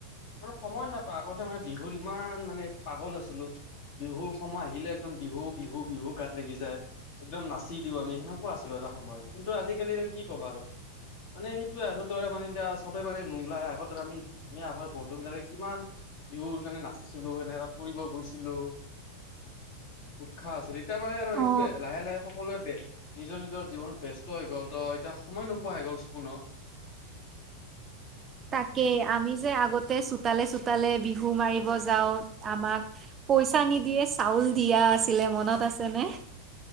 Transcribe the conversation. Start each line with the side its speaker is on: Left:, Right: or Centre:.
Left: মানে সময় নাপাওঁ আগতে মানে বিহুৰ ইমান মানে পাগল আছিলো বিহুৰ সময় আহিলে একদম বিহু বিহু বিহু গাত লাগি যায় একদম নাচ চি দিওঁ আমি সেনেকুৱা আছিলো এটা সময়ত, কিন্তু আজিকালি আৰু কি ক'বা আৰু মানে সেইটো আগৰ দৰে মানে এতিয়া চবে মানে নোলাই আগৰ দৰে আমি আমি আগৰ বন্ধু বিলাকে কিমান বিহুৰ কাৰণে নাচিছিলো এনেকা ফুৰিব গৈছিলো উৎসাহ আছিল এতিয়া মানে আৰু সেইটোৱেই
Right: অ
Left: লাহে লাহে সকলোৱে নিজৰ নিজৰ জীৱনত ব্যস্ত হৈ গ'ল ত এতিয়া সময় নোপোৱা হৈ গ'ল কোন <inaudible> <unintelligible>
Right: তাকেই আমি যে আগতে চোতালে চোতালে বিহু মাৰিব যাওঁ আমাক পইচা নিদিয়ে চাউল দিয়া আছিলে মনত আছে নে